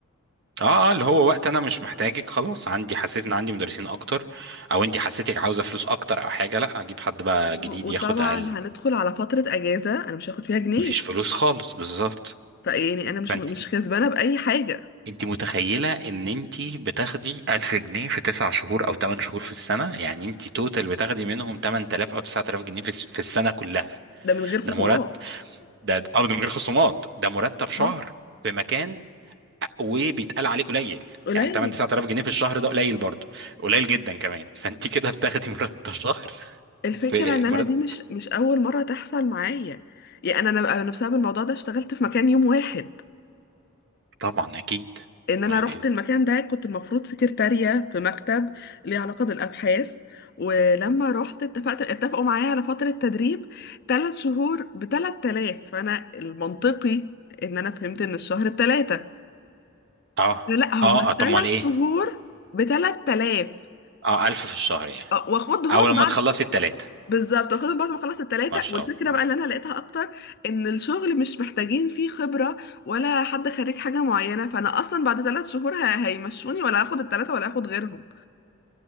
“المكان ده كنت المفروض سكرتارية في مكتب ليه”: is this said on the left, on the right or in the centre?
Left